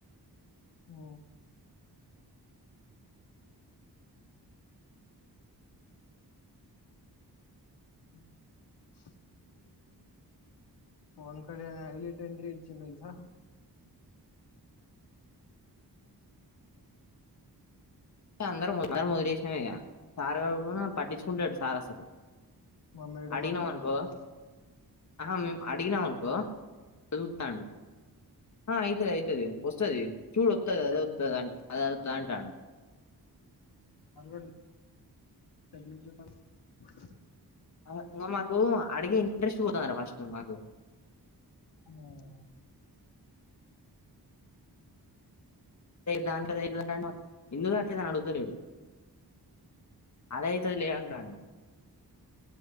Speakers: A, on the left; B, on the left.
A: ఉ ఇనో అడి బుల్ పవన్ కళ్యాణ్ హైలైట్ ఎంట్రీ ఇచ్చిండు ఇన్నా
B: అందర ముందర వదిలేసిన అయ్యా సార్ పట్టించుకుంటలేడు సార్ అసలు
A: మా మేడం
B: అడిగినాం
A: అట్లా
B: ఆనుకో
A: కాదురా
B: ఆహా మేము అడిగినాం అనుకో చదువుతాండు ఆ అయితది అయితది వస్తు వత్తది చూడు వత్తది అదే వత్తది అంత అంటాండు
A: మగ
B: అది గమ్మ ఓ అడిగ ఇంట్రస్ట్ మాస్టర్ మాకు
A: మ్మ్
B: బ్యాంక్ దగ్గర ఉన్నాడు ఎందుకు అని అడగట్లేదు అలా అదేయితే లే అంటాండు